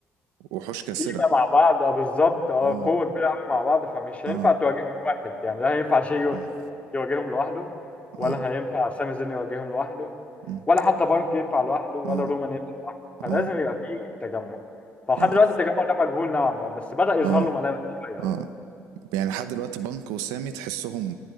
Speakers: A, on the right; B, on the left.
A: وحوش كاسرة
B: قيمة مع بعض اه بالظبط اه
A: اه
B: قوة كبيرة قوي مع بعض فمش
A: اه
B: هينفع تواجههم واحد يعني لا هينفع شيء
A: اه
B: يواجههم لوحده ولا
A: اه
B: هينفع سامي زين يواجههم لوحده
A: مم.
B: ولا حتى بانك ينفع لوحده ولا
A: اه
B: رومان ينفع لوحده فلازم
A: اه
B: يبقى فيه تجمع فلحد
A: اه
B: دلوقتي التجمع ده مجهول نوعا ما بس بدأ يظهر
A: اه
B: له ملامح شوية بقى.
A: اه يعني لحد دلوقتي بانكو وسامي تحسهم